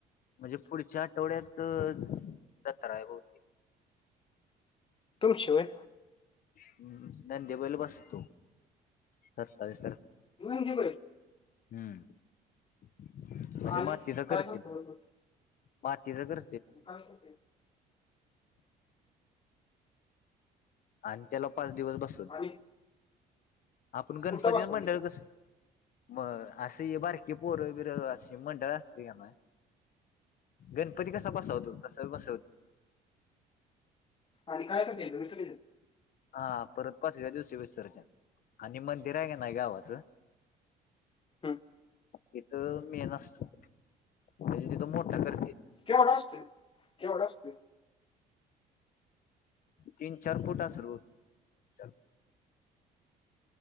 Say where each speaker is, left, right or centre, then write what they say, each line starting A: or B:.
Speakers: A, on the left (about 55°); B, on the left (about 30°).
A: म्हणजे पुढच्या आठवड्यात जत्रा हाय भ
B: तुमची होय?
A: हम् नंदी बैल बसतो सत्तावीस तार
B: नंदी बैल?
A: हम्म म्हणजे
B: आणि
A: मातीच
B: काय
A: करतेत.
B: करतो बरं?
A: मातीचा कर
B: <inaudible>
A: आणि त्याला पाच दिवस बस
B: आणि?
A: आपण गणपतीच
B: कुठं बसवा
A: मंडळ कसं म अशी बारकीे पोर बिर अशी मंडळ असतेती क नाय गणपती कसा बसावतो तसा बसाव
B: आणि काय करत्यात विसर्जन?
A: हा परत पाचव्या दिवशी विसर्जन. आणि मंदिर हाय क नाय गावाचं
B: हम्म.
A: तिथं मेन असतो म्हणजे तिथं मोठा करतेत.
B: केवढा असतुय केवढा असतुय?
A: तीन चार फूट असल भव तीन चार.